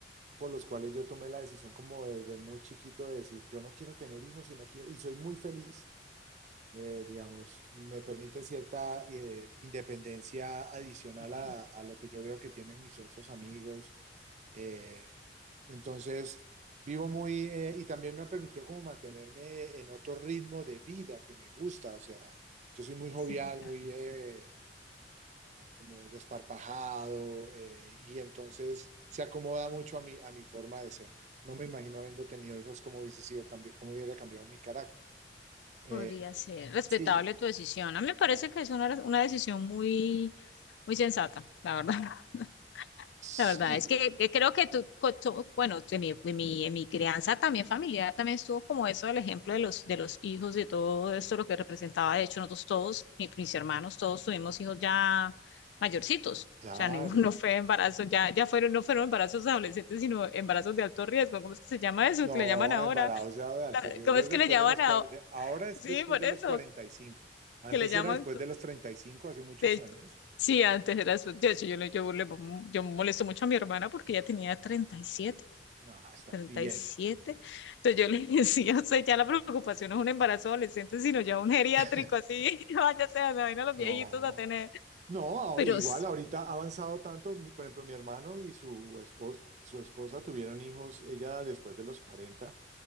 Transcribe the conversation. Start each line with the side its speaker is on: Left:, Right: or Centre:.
Right: por los cuales yo tomé la decisión como desde muy chiquito de decir, yo no quiero tener hijos y no quiero, y soy muy feliz, eh, digamos, y me permite cierta eh, independencia adicional
Left: Sí,
Right: a, a lo que yo veo que tienen mis otros amigos eh, entonces, vivo muy, eh, y también me ha permitido como mantenerme en otro ritmo de vida que me gusta, o sea, yo soy muy jovial,
Left: sí.
Right: muy eh, como desparpajado, eh, y entonces se acomoda mucho a mi, a mi forma de ser. No me imagino habiendo tenido hijos cómo hubiese sido, cambi- cómo hubiera cambiado mi carácter. Eh,
Left: Podría ser respetable
Right: sí,
Left: tu decisión. A mí me parece que es una, una decisión muy, muy sensata, la verdad. <laughs>
Right: sí,
Left: La verdad es que, que creo que tú, co- tú- bueno, en mi, en mi, en mi crianza también familiar también estuvo como eso del ejemplo de los, de los hijos, de todo esto, lo que representaba. De hecho, nosotros todos, mi- mis hermanos, todos tuvimos hijos ya mayorcitos. O
Right: claro.
Left: sea, <laughs> ninguno fue embarazo, ya, ya fueron, no fueron embarazos adolescentes, sino embarazos de alto riesgo. ¿Cómo es que se llama eso?
Right: No,
Left: que le llaman ahora?
Right: embarazo de alto
Left: La-
Right: riesgo
Left: ¿Cómo es
Right: es
Left: que
Right: después
Left: le llaman
Right: de los
Left: ahora?
Right: 40, ahora es
Left: Sí,
Right: después
Left: por
Right: de
Left: eso
Right: los 45. Antes
Left: que le llaman
Right: era después de los 35, hace muchos
Left: De-
Right: años.
Left: sí, antes era azul. De hecho, yo, le- yo, le- yo molesto mucho a mi hermana porque ella tenía treinta treinta y siete,
Right: No, está
Left: treinta
Right: bien.
Left: y siete. Entonces yo le <laughs> decía, o sea, ya la preocupación no es un embarazo adolescente, sino ya un geriátrico
Right: <laughs>
Left: así. <laughs> Vaya sea, me vayan a los
Right: No,
Left: viejitos a tener.
Right: no, ahor-
Left: Pero,
Right: igual
Left: s-
Right: ahorita ha avanzado tanto, mi- por ejemplo, mi hermano y su esposa, su esposa tuvieron hijos, ella después de los 40.